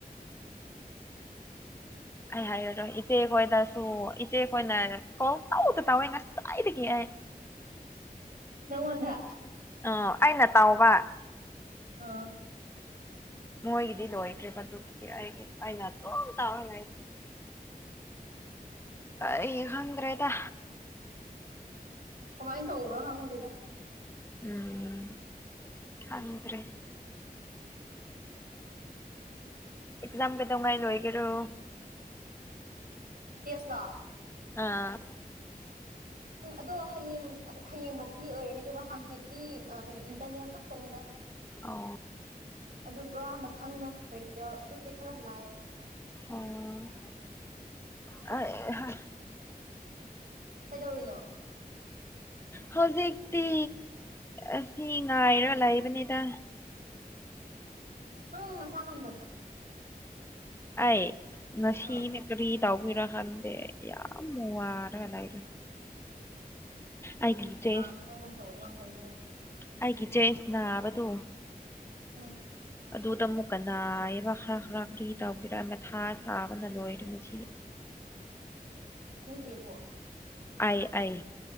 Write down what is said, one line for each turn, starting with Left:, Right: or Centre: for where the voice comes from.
Right: ꯎꯝ <inaudible>
Left: ꯑꯩ ꯍꯥꯏꯔꯔꯣꯏ ꯏꯆꯦ ꯈꯣꯏꯗꯁꯨ ꯏꯆꯦ ꯈꯣꯏꯅ ꯀꯣꯜ ꯇꯧꯗ ꯇꯧꯋꯦ ꯉꯁꯥꯏꯗꯒꯤ ꯑꯩ
Right: ꯅꯪꯉꯣꯟꯗ
Left: ꯑ ꯑꯩꯅ ꯇꯥꯎꯕ
Right: ꯑꯥ
Left: ꯃꯣꯏꯒꯤꯗꯤ ꯂꯣꯏꯈ꯭ꯔꯦꯕ ꯑꯗꯨꯗꯤ ꯑꯩꯒꯤ ꯑꯩꯅ ꯑꯗꯨꯝ ꯇꯧꯔ ꯂꯩ ꯑꯩ ꯈꯪꯗ꯭ꯔꯦꯗ
Right: ꯀꯃꯥꯏꯅ ꯇꯧꯕ꯭ꯔꯣ ꯈꯪꯗꯦꯗ
Left: ꯎꯝ ꯈꯪꯗ꯭ꯔꯦ ꯑꯦꯛꯖꯥꯝ ꯀꯩꯗꯧꯉꯥꯏ ꯂꯣꯏꯒꯦꯔꯣ
Right: ꯇꯦꯁ ꯂꯣ
Left: ꯑꯝ
Right: ꯑꯗꯣ ꯍꯌꯦꯡ ꯍꯌꯦꯡꯐꯧꯛꯇꯤ ꯑꯣꯏꯔꯅꯤ ꯑꯗꯨꯒ ꯍꯥꯡꯆꯤꯠ ꯇꯤ ꯀꯩꯅꯣ ꯏꯟꯇꯔꯅꯦꯠ ꯈꯛꯇꯅꯤꯗ
Left: ꯑꯣ
Right: ꯑꯗꯨꯒ ꯃꯊꯪꯅ ꯄ꯭ꯔꯦꯛꯇꯤꯒꯦꯟ ꯑꯗꯨꯗꯤ ꯈꯔ ꯂꯥꯏꯑꯦ
Left: ꯎꯝ ꯍꯩꯍꯥ
Right: ꯀꯩꯗꯧꯔꯤꯅꯣ
Left: ꯍꯧꯖꯤꯛꯇꯤ ꯑꯁꯤ ꯉꯥꯏꯔ ꯂꯩꯥꯕꯅꯤꯗ
Right: ꯅꯪ ꯅꯥꯁꯥ ꯉꯝꯗꯕ꯭ꯔꯣ
Left: ꯑꯩ ꯉꯁꯤꯅ
Right: ꯑꯥ
Left: ꯀꯔꯤ ꯇꯧꯕꯩꯔꯥ ꯈꯪꯗꯦ ꯌꯥꯝ ꯋꯥꯔꯒ ꯂꯩꯕꯅꯦ ꯑꯩꯒꯤ ꯆꯦꯁ
Right: ꯅꯥꯅꯤꯡꯉꯥꯏꯒꯨꯝ ꯇꯧꯋꯦ ꯅꯪ ꯈꯣꯟꯖꯦꯜꯁꯦ
Left: ꯑꯩꯒꯤ ꯆꯦꯁꯅꯕꯗꯨ
Right: ꯎꯝ
Left: ꯑꯗꯨꯗ ꯑꯃꯨꯛꯀ ꯅꯥꯏꯌꯦꯕ ꯈꯔ ꯈꯔ ꯀꯔꯤ ꯇꯧꯒꯦꯔ ꯃꯊꯥ ꯁꯥꯕꯅ ꯂꯣꯏꯔꯦ ꯉꯁꯤ
Right: ꯅꯣꯏ ꯆꯦꯕꯨ
Left: ꯑꯩ ꯑꯩ